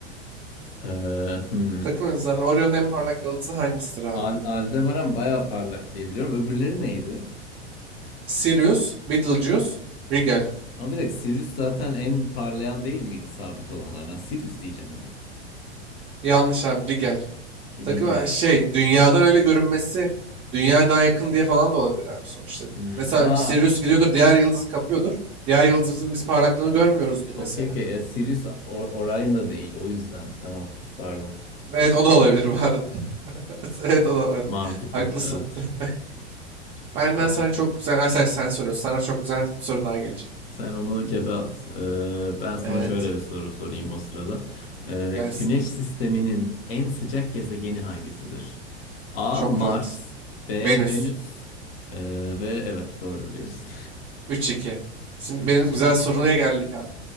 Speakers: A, on the left; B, on the right.
A: Ee, hmm.
B: Takım yıldızlarından Orion'un en parlak yıldızı hangisidir abi?
A: Al Aldebaran bayağı parlak diye biliyorum. Öbürleri neydi?
B: Sirius, Betelgeuse, Rigel.
A: Ama bir dakika Sirius zaten en parlayan değil miydi sabit olanlardan? Sirius diyeceğim ya.
B: Yanlış abi Rigel.
A: Rigel.
B: Takım e, şey dünyadan öyle görünmesi dünyaya daha yakın diye falan da olabilir abi sonuçta.
A: Hmm.
B: Mesela
A: Aa,
B: Sirius gidiyordur diğer yıldızı kapıyordur. Diğer yıldızımızın biz parlaklığını görmüyoruzdur
A: okey
B: mesela.
A: okey. E, Sirius Or- Orion da değil. O yüzden. Tamam. Pardon.
B: Evet o da olabilir bu arada. <laughs> Evet o da var.
A: Mantıklı,
B: Haklısın.
A: evet.
B: <laughs> Benden
A: Peki.
B: sana çok güzel, Ay, sen, sen soruyorsun. Sana çok güzel bir soru daha gelecek.
A: Sen onu cebe at. Ee, ben sana
B: Evet,
A: şöyle bir soru sorayım o sırada. Ee,
B: gelsin.
A: Güneş sisteminin en sıcak gezegeni hangisidir? A.
B: Çok
A: Mars
B: rahat.
A: B.
B: Venüs.
A: Venüs ee, ve evet doğru biliyorsun.
B: 3-2.
A: <laughs>
B: Şimdi
A: 3-2.
B: benim güzel soruya geldik abi.